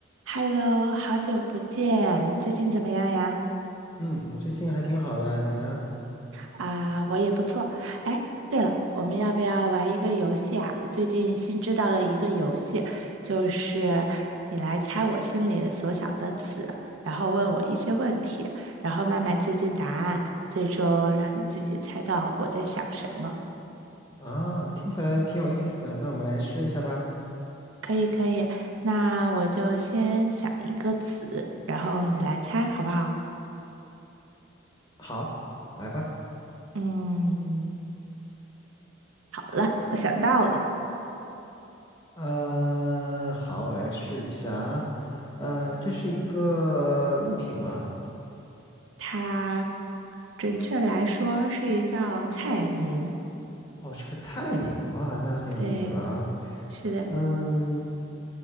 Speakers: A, on the right; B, on the left.
A: Hello，好久不见，你最近怎么样呀？
B: 嗯，我最近还挺好的，你呢？
A: 啊，我也不错。哎，对了，我们要不要玩一个游戏啊？我最近新知道了一个游戏，就是你来猜我心里所想的词，然后问我一些问题，然后慢慢接近答案，最终让你自己猜到我在想什么。
B: 啊，听起来挺有意思的，那我们来试一下吧。
A: 可以，可以。那我就先想一个词，然后你来猜，好不好？
B: 好，来吧。
A: 嗯，好了，我想到了，
B: 呃，好，我来试一下啊。呃，这是一个物品吗？
A: 它。准确来说是一道菜名。
B: 哦，是个菜名，哇，那很有意思了啊。
A: 对，是的，
B: 嗯，